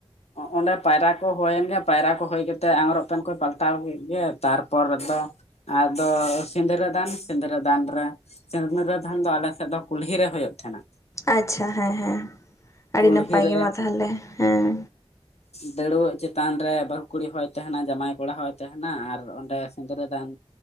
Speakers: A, on the left; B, on the left.
A: ᱚᱸ ᱚᱸᱰᱮ ᱯᱟᱭᱨᱟ ᱠᱚ ᱦᱳᱭᱮᱱ ᱜᱮ ᱯᱟᱭᱨᱟ ᱠᱚ ᱦᱳᱭ ᱠᱟᱛᱮᱜ ᱟᱝᱜᱽᱨᱚᱵᱽ ᱯᱮᱱ ᱠᱚ ᱯᱟᱞᱴᱟᱣ ᱠᱮᱜ ᱜᱮ ᱛᱟᱨᱯᱚᱨ ᱫᱚ ᱟᱫᱚ ᱥᱤᱸᱫᱽᱨᱟᱹ ᱫᱟᱱ, ᱥᱤᱫᱽᱨᱟᱹ ᱫᱟᱱ ᱨᱮ ᱥᱤᱫᱽᱨᱟᱹᱫᱷᱟᱱ ᱫᱚ ᱟᱞᱮᱥᱮᱫ ᱫᱚ ᱠᱩᱞᱦᱤ ᱨᱮ ᱦᱳᱭᱳᱜ ᱛᱷᱮᱸᱱᱟ᱾
B: ᱟᱪᱪᱷᱟ ᱦᱮᱸ ᱦᱮᱸ ᱟᱹᱰᱤ
A: ᱠᱩᱞᱦᱤ
B: ᱱᱟᱯᱟᱭ
A: ᱨᱮ
B: ᱜᱮ ᱢᱟ ᱛᱟᱦᱚᱞᱮ ᱦᱮᱸ,
A: ᱫᱟᱹᱲᱣᱟᱹᱜ ᱪᱮᱛᱟᱱ ᱨᱮ ᱵᱟᱹᱦᱩ ᱠᱩᱲᱤ ᱦᱚᱭ ᱛᱟᱦᱮᱱᱟ ᱡᱟᱢᱟᱭ ᱠᱚᱲᱟ ᱦᱚᱭ ᱛᱟᱦᱮᱱᱟ ᱟᱨ ᱚᱸᱰᱮ ᱥᱤᱸᱫᱽᱨᱟᱹᱫᱟᱱ